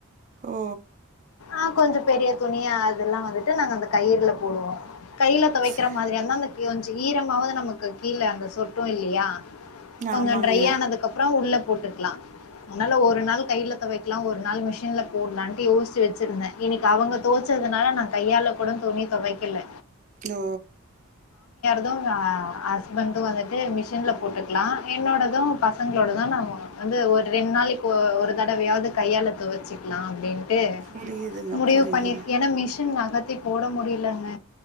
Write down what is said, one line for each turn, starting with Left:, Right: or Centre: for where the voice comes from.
Right: ஓ
Left: ஆ கொஞ்சோ பெரிய துணி அ அதெல்லா வந்துட்டு நாங்க அந்த கயிறுல போடுவோ கைல தொவைக்கிற
Right: செ
Left: மாதிரியா இருந்தா அந்த க்யூஞ் சி ஈரமாவுது நமக்கு கீழே அந்த சொட்டு இல்லயா கொஞ்ச
Right: ஆமாங்க
Left: ட்ரை ஆனதுக்கு அப்புறோ உள்ள போட்டுக்லா அதனால ஒரு நாள் கைல தொவைக்கலா ஒரு நாள் மிஷின்ல போடலான்ட்டு யோசிச்சு வச் ச்சிருந்த இன்னைக்கு அவுங்க துவச்சதுனால நா கையால கூட துணி தொவைக்கில
Right: ஓ
Left: து ஹஸ்பண்ட்து வந்துட்டு மிஷின்ல போட்டுக்லா என்னோடது பசங்ளோடது நாம வந்து ஒரு ரெண்டு நாளைக்கு ஒ ஒரு தடவையாவுது கையால துவச்சிக்லா அப்டின்ட்டு
Right: புரியுதுங்க
Left: முடிவு
Right: புரியுதுங்க
Left: பண்ணிருக் ஏனா மிஷின் நகத்தி போட முடிலங்க